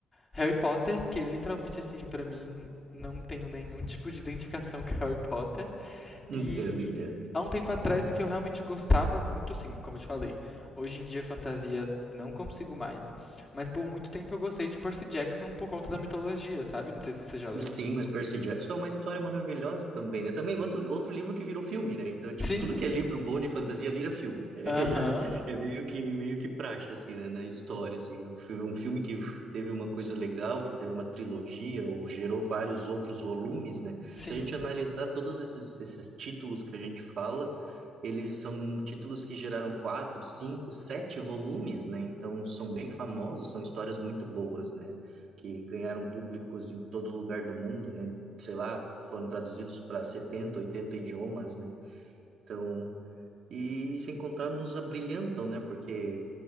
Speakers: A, on the left; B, on the right.
A: Harry Potter, porque literalmente, assim, pra mim não tenho nenhum tipo de identificação <laughs> com Harry Potter.
B: Entendo,
A: E
B: entendo.
A: há um tempo atrás o que eu realmente gostava muito, assim, como eu te falei, hoje em dia fantasia não consigo mais, mas por muito tempo eu gostei de Percy Jackson por conta da mitologia, sabe? Não sei se você já leu.
B: Sim, mas Percy Jackson é uma história maravilhosa também, né? Também outro, outro livro que virou filme, né? Então, tipo,
A: Sim.
B: tudo que é livro bom de fantasia vira filme. <laughs> É,
A: Aham.
B: já, é meio que, meio que praxe, assim, né? Na história, assim. Foi Um filme que teve uma coisa legal, que teve uma trilogia, ou gerou vários outros volumes, né?
A: Sim.
B: Se a gente analisar todos esses, esses títulos que a gente fala, eles são títulos que geraram quatro, cinco, sete volumes, né? Então, são bem famosos, são histórias muito boas, né? que ganharam públicos em todo lugar do mundo, né? Sei lá, foram traduzidos para 70, 80 idiomas, né? Então, e sem contar nos abrilhantam, né? Porque,